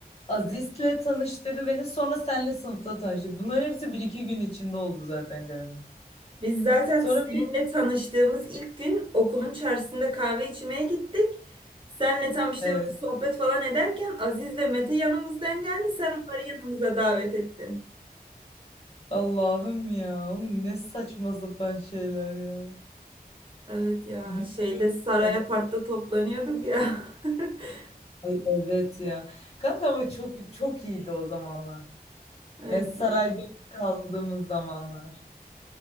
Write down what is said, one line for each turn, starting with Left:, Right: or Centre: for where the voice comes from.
Left: Aziz'le tanıştırdı beni. Sonra senle sınıfta tanıştık. bunlar hepsi bir iki gün içinde oldu zaten galiba.
Right: Biz zaten
Left: Sonra
Right: seninle
Left: bir...
Right: tanıştığımız ilk gün okulun çarşısında kahve içmeye gittik. Senle tam işte
Left: Evet.
Right: böyle sohbet falan ederken Aziz'le Mete yanımızdan geldi. Sen onları yanımıza davet ettin.
Left: Allah'ım ya. Oğlum ne saçma sapan şeyler ya.
Right: Evet ya
Left: Gülüyorum
Right: şeyde Saray
Left: ben.
Right: Apart'ta toplanıyorduk ya. <laughs>
Left: Ay evet ya. Kanka ama çok çok iyiydi o zamanlar.
Right: Evet
Left: Yani sarayda
Right: ya
Left: kaldığımız zamanlar.